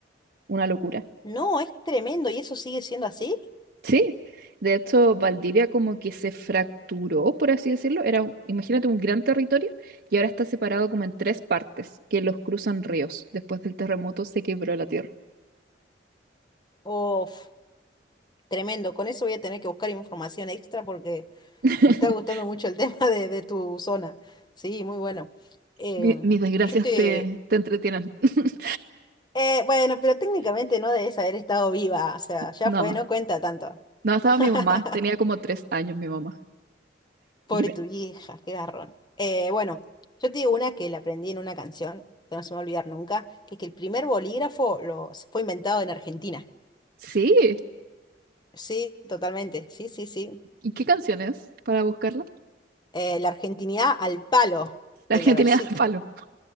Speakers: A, on the right; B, on the left.
A: Una locura.
B: No, es tremendo. ¿Y eso sigue siendo así?
A: Sí, de hecho, Valdivia como que se fracturó, por así decirlo. Era, un- imagínate, un gran territorio y ahora está separado como en tres partes que los cruzan ríos. Después del terremoto se quebró la tierra.
B: Uf, tremendo. Con eso voy a tener que buscar información extra porque
A: <laughs>
B: me está gustando mucho el <laughs> tema de, de tu zona. Sí, muy bueno. Em,
A: Mi- mis desgracias
B: yo te...
A: te, te entretienen. <laughs>
B: eh, bueno, pero técnicamente no debes haber estado viva. O sea, ya
A: No,
B: fue, no cuenta tanto.
A: no, estaba
B: <laughs>
A: mi mamá. Tenía como tres años mi mamá.
B: Pobre
A: Yo me-
B: tu vieja, qué garrón. Eh, bueno, yo te digo una que la aprendí en una canción, que no se me va a olvidar nunca, que es que el primer bolígrafo lo, fue inventado en Argentina.
A: Sí.
B: Sí, totalmente. Sí, sí, sí.
A: ¿Y qué canciones para buscarla?
B: eh, la argentinidad al palo
A: La
B: de
A: Argentina
B: la Versuit.
A: al palo.